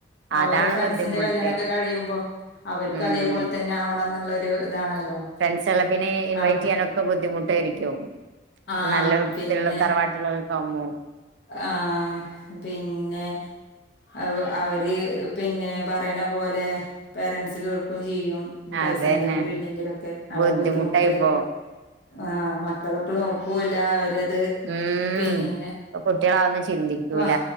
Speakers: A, on the left; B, on the right.
A: അവരെ
B: അതാണ്
A: ഫ്രണ്ട്സിന്റെ
B: ബുദ്ധിമുട്ട്
A: കല്യാണൊക്കെ കഴിയുമ്പോ അവര്ക്കും
B: ഉം
A: അതേപോലെ തന്നെ ആവണംന്ന്ള്ളരു ഇതാണല്ലോ?
B: ഫ്രണ്ട്സെല്ലാം പിന്നെ ഇൻവൈറ്റ്യ്യാനൊക്കെ
A: നമ്മള്
B: ബുദ്ധിമുട്ടായിരിക്കും
A: ആഹ്
B: നല്ല
A: പിന്നെ
B: ഇത്ള്ള തറവാട് ക്കാവുമ്പോ
A: ആഹ് പിന്നെ അവ അവര് പിന്നെ പറയണ പോലെ പേരൻ്റ്സ് കേൾക്കൂം ചെയ്യും. ഇഞ്ഞി
B: അതന്നെ
A: പൈസണ്ടെങ്കിലും ഇല്ലെങ്കിലൊക്കെ അവരെ
B: ബുദ്ധിമുട്ടായിപ്പോ
A: ബുദ്ധിമുട്ട് ആഹ് മക്കള് ള് നോക്കൂല്ല അവരത്
B: ഉം
A: പിന്നെ
B: ഇപ്പൊ കുട്ടികളതൊന്നും ചിന്തിക്കൂല
A: വാ